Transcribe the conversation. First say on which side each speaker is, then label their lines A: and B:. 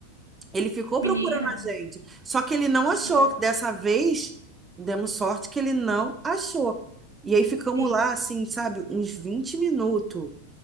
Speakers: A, on the right (about 15°); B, on the right (about 80°).
A: Ele ficou
B: Menina,
A: procurando a gente. Só que ele não achou.
B: eu já
A: Dessa vez, demos sorte que ele não achou. E aí ficamos
B: sim.
A: lá, assim, sabe, uns 20 minutos.